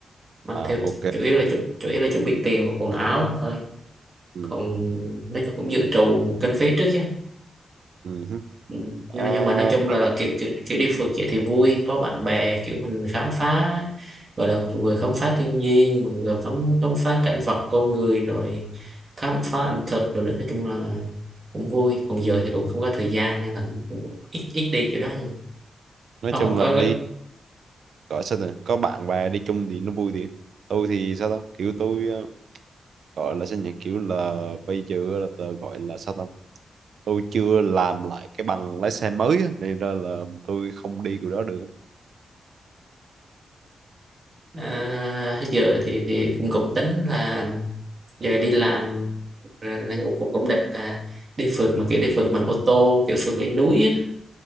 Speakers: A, on the right; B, on the right.
A: mang
B: à
A: theo
B: ok
A: chủ yếu là chủ, chủ yếu là chuẩn bị tiền và quần áo thôi
B: ừ.
A: còn nói chung cũng dự trù kinh phí trước chứ
B: Ừ. hứ.
A: Ừ.
B: Ờ,
A: nhưng, nhưng mà nói chung
B: nói
A: là, là kiểu, kiểu kiểu đi phượt vậy thì vui có bạn bè kiểu mình khám phá gọi là vừa khám phá thiên nhiên mà vừa khám khám phá cảnh vật con người rồi khám phá ẩm thực rồi nữa nói chung là cũng vui còn giờ thì cũng không có thời gian nên là cũng, cũng ít ít đi kiểu đó nhưng
B: nói
A: không,
B: chung
A: không có
B: là đi gọi sao này có bạn bè đi chung thì nó vui thì tôi thì sao ta kiểu tôi ờ, gọi là sao nhỉ kiểu là bây giờ là tớ gọi là sao ta tôi chưa làm lại cái bằng lái xe mới á, nên ra là tôi không đi kiểu đó được
A: à, giờ thì thì cũng cũng tính là giờ đi làm là cũng, cũng cũng định là đi phượt mà kiểu đi phượt bằng ô tô kiểu phượt lên núi á